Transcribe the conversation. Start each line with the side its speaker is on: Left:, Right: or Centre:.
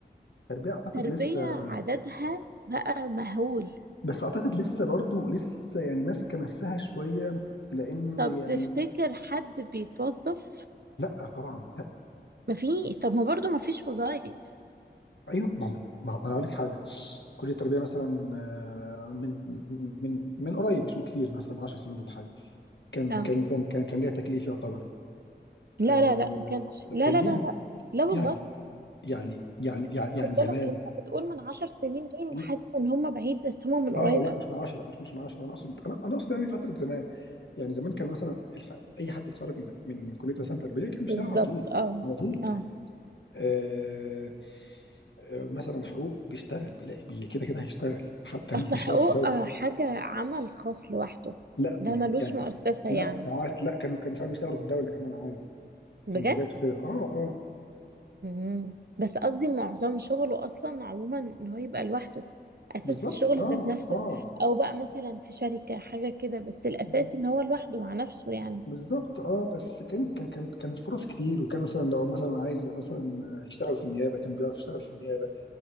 Left: تربيه اعتقد
Right: تربية
Left: لسه
Right: عددها بقى مهول
Left: بس اعتقد لسه برضو لسه يعني ماسكه نفسها شويه لان
Right: طب
Left: يعني
Right: تفتكر حد بيتوظف
Left: لا طبعا
Right: ما في طب ما برضو ما فيش وظائف
Left: ايوه ما ما ما انا اقول لك حاجه كليه التربيه مثلا آه، من من من قريب مش من كتير مثلا من 10 سنين ولا حاجه كان
Right: اه
Left: كان كان كان, كان ليها تكليف يعتبر
Right: لا
Left: آه،
Right: لا لا ما كانش لا
Left: كان
Right: لا
Left: ليها
Right: لا لا لا والله
Left: يعني يعني يعني يعني يعني
Right: خد بالك
Left: زمان
Right: انت بتقول من عشر سنين دول وحاسس
Left: لا
Right: ان هم بعيد بس هم من
Left: اه
Right: قريب
Left: لا مش من 10 مش مش من 10 انا اقصد انا انا اقصد يعني فتره زمان يعني زمان كان مثلا الح... اي حد اتخرج من من من كليه مثلا تربيه كان بيشتغل
Right: بالظبط
Left: على طول
Right: اه
Left: على طول
Right: اه
Left: آه... آه... مثلا حقوق بيشتغل بيلاقي بي... كده كده هيشتغل حتى
Right: اصل
Left: ممكن
Right: حقوق
Left: يشتغل في الدوله
Right: آه، حاجة عمل خاص لوحده
Left: لا
Right: ده
Left: م-
Right: ملوش
Left: يعني
Right: مؤسسة
Left: لا
Right: يعني
Left: ساعات لا كانوا كانوا ساعات بيشتغلوا في الدولة كمان عادي
Right: بجد
Left: في النيابات وكده اه اه
Right: مم. بس قصدي معظم شغله اصلا عموما ان هو يبقى لوحده اساس
Left: بالظبط
Right: الشغل
Left: اه
Right: ذات نفسه
Left: اه
Right: او بقى مثلا في شركة حاجة كده بس الاساسي
Left: ب-
Right: ان هو لوحده مع نفسه يعني
Left: بالظبط اه بس كان كان كان كان فرص كتير وكان مثلا لو مثلا عايز يبقى مثلا يشتغل في النيابة كان بيعرف يشتغل في النيابة